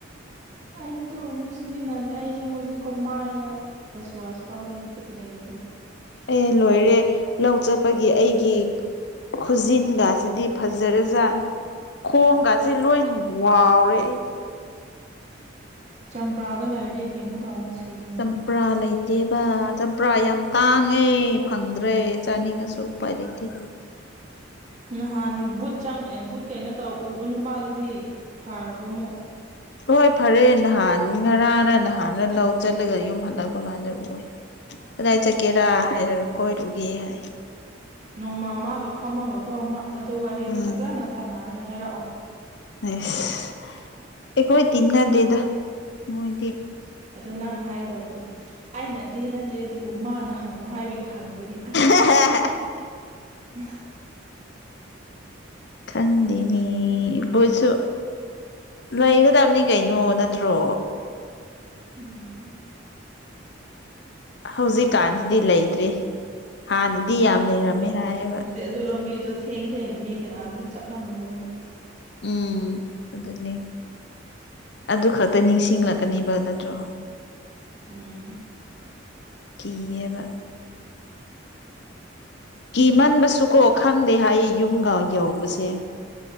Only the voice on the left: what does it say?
ꯑꯦ ꯂꯣꯏꯔꯦ ꯂꯧ ꯆꯠꯄꯒꯤ ꯑꯩꯒꯤ ꯈꯨꯖꯤꯟꯒꯁꯤꯗꯤ ꯐꯖꯔꯖꯥꯠꯅꯤ ꯈꯣꯡꯒꯁꯦ ꯂꯣꯏ ꯋꯥꯎꯔꯦ ꯑꯩ
ꯆꯝꯄ꯭ꯔꯥ ꯂꯩꯇꯦꯕ ꯆꯝꯄ꯭ꯔꯥ ꯌꯥꯝ ꯇꯥꯡꯉꯦ ꯐꯪꯗ꯭ꯔꯦ ꯆꯥꯅꯤꯡꯉꯁꯨ ꯎꯄꯥꯏ ꯂꯩꯇꯦ
ꯍꯣꯏ ꯐꯔꯦ ꯅꯍꯥꯟ ꯉꯔꯥꯡꯅ ꯅꯍꯥꯟꯅ ꯂꯧ ꯆꯠꯂꯒ ꯌꯨꯝ ꯍꯜꯂꯛꯄ ꯀꯥꯟꯗ ꯎꯏ ꯀꯗꯥꯏ ꯆꯠꯀꯦꯔꯥ ꯍꯥꯏꯔꯒ ꯀꯣꯏꯔꯨꯒꯦ ꯍꯥꯏ
ꯎꯝ
ꯑꯩꯁ ꯑꯩꯈꯣꯏ ꯇꯤꯟꯅꯗꯦꯗ ꯃꯣꯏꯗꯤ
<unintelligible>
ꯈꯪꯗꯦꯅꯦ ꯕꯨꯠꯁꯨ ꯂꯩꯒꯗꯕꯅꯤ ꯀꯩꯅꯣ ꯅꯠꯇ꯭ꯔꯣ
ꯍꯧꯖꯤꯛꯀꯥꯟꯁꯤꯗꯤ ꯂꯩꯇ꯭ꯔꯦ ꯍꯥꯟꯅꯗꯤ ꯌꯥꯝ ꯂꯩꯔꯝꯃꯦ ꯍꯥꯏꯌꯦꯕ
ꯎꯝ ꯑꯗꯨꯅꯤ ꯑꯗꯨ ꯈꯛꯇ ꯅꯤꯡꯁꯤꯡꯂꯛꯀꯅꯤꯕ ꯅꯠꯇ꯭ꯔꯣ
ꯀꯤꯌꯦꯕ ꯀꯤ ꯃꯟꯕꯁꯨ ꯀꯣ ꯈꯪꯗꯦ ꯍꯥꯏ ꯌꯨꯝꯒ ꯌꯧꯕꯁꯦ